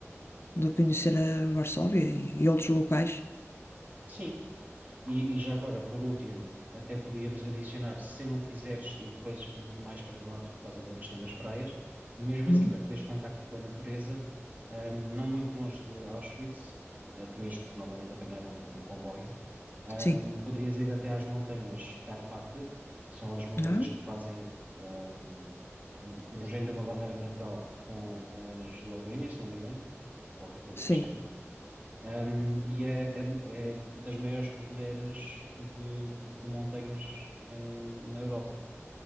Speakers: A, on the left; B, on the right.
A: de conhecer a Varsóvia e, e outros locais.
B: sim. E, e já agora, por último, até podíamos adicionar, se não quiseres, e depois m- mais para norte, por causa da questão das praias, mesmo
A: Hum,
B: assim, para teres contacto com a natureza, ahm, não muito longe de Auschwitz, ah, tinhas que novamente apanhar um, um comboio, ahm,
A: Sim.
B: poderias ir até às montanhas Karpat, que são as montanhas
A: Ah,
B: que fazem, ahm, um, de um género de uma barreira natural com a Eslovénia, se não me engano, ou a República
A: sim.
B: Checa. Um, e é, é- é das maiores cordilheiras de, de- de montanhas em- na Europa.